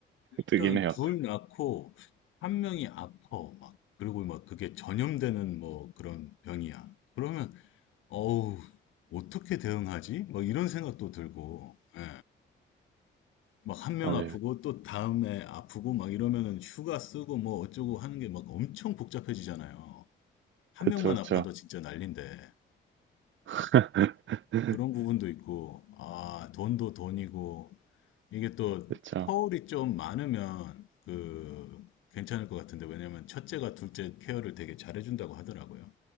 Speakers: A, on the left (about 80°); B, on the right (about 75°).
A: 일단
B: 뜨긴 해요.
A: 둘 낳고 한 명이 아파 막 그리고 막 그게 전염되는 뭐 그런 병이야. 그러면 어우 어떻게 대응하지? 막 이런 생각도 들고 예. 막한 명
B: 맞아요.
A: 아프고 또 다음에 아프고 막 이러면은 휴가 쓰고 뭐 어쩌고 하는 게 막 엄청 복잡해지잖아요. 한
B: 그쵸,
A: 명만
B: 그쵸.
A: 아파도 진짜 난린데
B: <laughs>
A: 그런 부분도 있고 아 돈도 돈이고 이게 또
B: 그쵸.
A: 터울이 좀 많으면 그 괜찮을 것 같은데 왜냐면 첫째가 둘째 케어를 되게 잘해준다고 하더라고요.